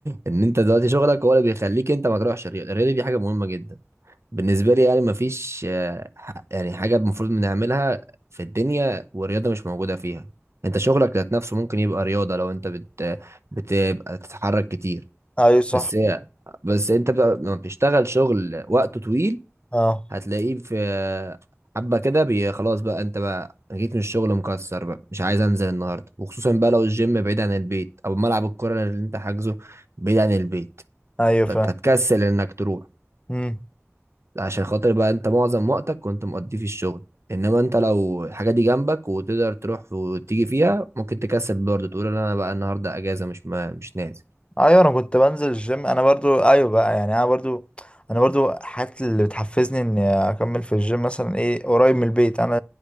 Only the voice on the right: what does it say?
ان انت دلوقتي شغلك هو اللي بيخليك انت ما تروحش الرياضه الرياضه دي حاجه مهمه جدا بالنسبه لي يعني ما فيش آه، ح- يعني حاجه المفروض بنعملها في الدنيا والرياضه مش موجوده فيها انت شغلك ذات نفسه ممكن يبقى رياضه لو انت بت بتبقى تتحرك كتير
بس هي بس انت بقى- لما بتشتغل شغل وقته طويل
هتلاقيه في حبة كده بي- خلاص بقى انت بقى جيت من الشغل مكسر بقى مش عايز انزل النهارده وخصوصا بقى لو الجيم بعيد عن البيت او ملعب الكرة اللي انت حاجزه بعيد عن البيت
فانت هتكسل انك تروح
عشان خاطر بقى انت معظم وقتك كنت مقضيه في الشغل انما انت لو الحاجة دي جنبك وتقدر تروح وتيجي فيها ممكن تكسل برضه تقول انا بقى النهارده اجازة مش ما مش نازل